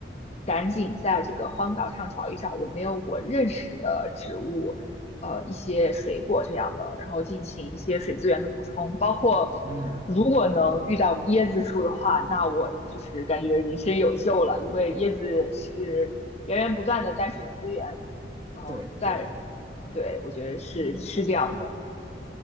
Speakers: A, on the left (about 35°); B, on the right (about 20°).
A: 赶紧在这个荒岛上找一找有没有我认识的植物，呃，一些水果这样的，然后进行一些水资源的补充，包括
B: 嗯，
A: 如果能遇到椰子树的话，那我就是感觉人生有救了，因为椰子是源源不断的淡水资源，嗯、呃在
B: 对对。
A: 对我觉得是是这样的，